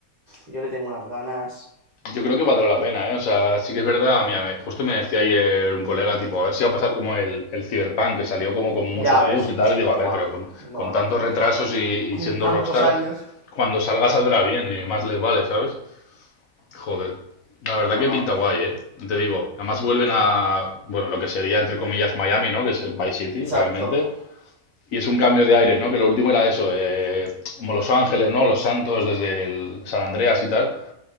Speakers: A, on the right (about 50°); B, on the left (about 70°).
A: yo le tengo unas ganas...
B: Yo creo que valdrá la pena, ¿eh? O sea, sí que es verdad. Mira, me- justo me decía ayer un colega, tipo, a ver si va a pasar como el, el Cyberpunk, que salió como con muchos
A: Ya ves,
B: bugs y tal. Y digo, a ver,
A: buah,
B: pero con,
A: no,
B: con
A: no,
B: tantos
A: no,
B: retrasos
A: no.
B: y, y
A: Con
B: siendo
A: tantos
B: Rockstar,
A: años...
B: cuando salga saldrá bien y más les vale, ¿sabes? Joder, la verdad
A: No,
B: que
A: no,
B: pinta guay, ¿eh? No Te digo, además vuelven a, bueno, lo que sería entre comillas Miami, ¿no? Que es el Vice City
A: exacto.
B: realmente. Y es un cambio de aires, ¿no? Que lo último era eso, eh, como Los Ángeles, ¿no? Los Santos desde el San Andreas y tal.